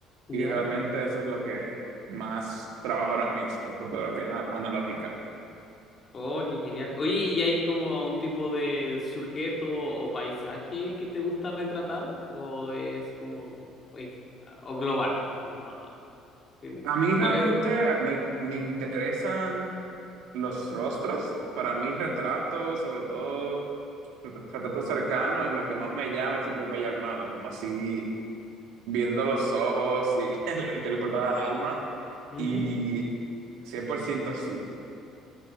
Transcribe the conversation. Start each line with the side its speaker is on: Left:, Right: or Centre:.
Left: Ya.
Right: y realmente eso es lo que más trabajo ahora mismo, fotografía ana- analógica.
Left: Oh, qué genial. Oye, ¿y hay como a un tipo de sujeto o paisaje que te gusta retratar? ¿O es como, o en- o global? Como, ah, en-
Right: A mí realmente
Left: ¿cuál es?
Right: me, me interesan los rostros. Para mí, retratos, sobre todo ret- retratos cercanos, es lo que más me llama y siempre me ha llamado, como así viendo los ojos y <laughs> el que le importaba al alma.
Left: Mm,
Right: Y 100% sí.